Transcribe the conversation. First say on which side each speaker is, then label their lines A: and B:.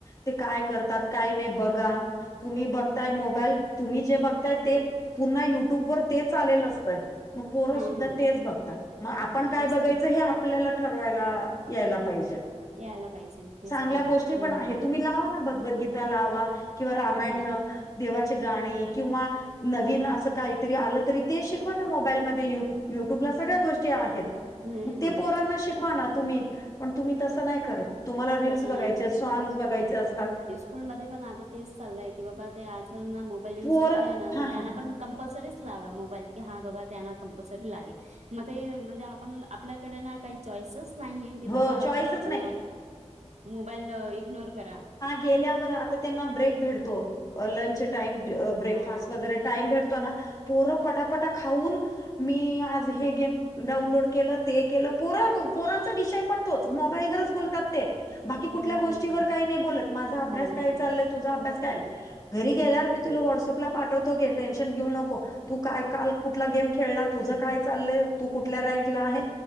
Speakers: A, on the left (about 30°); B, on the right (about 75°).
A: ते काय करतात काय नाही बघा. तुम्ही बघताय मोबाईल तुम्ही जे बघताय ते पुन्हा युट्यूब वर तेच आलेलं असतय. मग पोर
B: हा
A: सुद्धा तेच बघतात मग आपण काय
B: तेच
A: बघायचं
B: तर
A: हे आप आपल्याला ठरवायला याला पाहिजे
B: यायला पाहिजे तेच
A: चांगल्या
B: तर ना.
A: गोष्टी पण
B: हम्म
A: तुम्ही लावा ना. भगवद्गीता लावा किंवा रामायण.
B: हम्म.
A: देवाचे गाणे किंवा नवीन असं काहीतरी आलं तरी ते शिकवा ना मोबाईलमध्ये येऊन. युट्यूबला सगळ्या गोष्टी आहेत,
B: हम्म
A: मग ते पोरांना शिकवा ना तुम्ही. पण तुम्ही तसं नाही करत, तुम्हाला रीलस
B: तसं
A: बघायचे सॉग्स बघायचे असतात.
B: स्कूल मध्ये पण आता तेच चालय की बाबा ते आजकाल ना मोबाईल युज
A: पोर
B: करतय ना
A: हा
B: तर
A: हा
B: त्यांना पण कम पसरीच लावा मोबाईल की हा बाबा त्यांना कंपल्सरी लागेल मग ते म्हणजे आपण. आपल्याकडे ना काही चॉईसच नाहीये की बाबा
A: हो चॉईसच
B: अ
A: नाही
B: मोबाईल इग्नोर करा.
A: केल्यावर आ त्यांना ब्रेक भेटतो लंच टाईम ब्रेकफास्ट
B: हा.
A: वगैरे टाईम भेट तो ना पोरं पटापटा खाऊन. मी आज हे गेम डाउनलोड केलं ते केलं, पोरं पोरांचं. त विषय पण तोच, मोबाईलवरच बोलतात ते. बाकी
B: हम्म
A: कुठल्या गोष्टीवर
B: हम्म हम्म.
A: काही नाही बोलत, माझा अभ्यास
B: नाही
A: काय
B: बोलत.
A: चाललय? तुझा अभ्यास काय? घरी गेल्यावर मी तुला व्हटसअपला पाठवतो घ टेन्शन घेऊ नको. तू काय काल कुठला गेम खेळला? तुझं काय चाललय? तू कुठल्या रँकला आहे?